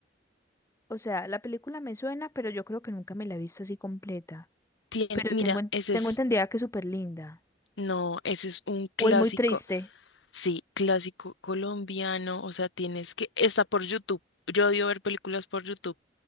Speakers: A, on the left; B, on the left.
A: o sea, la película me suena, pero yo creo que nunca me la he visto así completa.
B: tiene,
A: Pero
B: mira,
A: tengo en-
B: ese
A: tengo
B: es,
A: entendida que es súper linda
B: no, ese es un clásico,
A: o es muy triste.
B: sí, clásico colombiano. O sea, tienes que, está por YouTube. Yo odio ver películas por YouTube,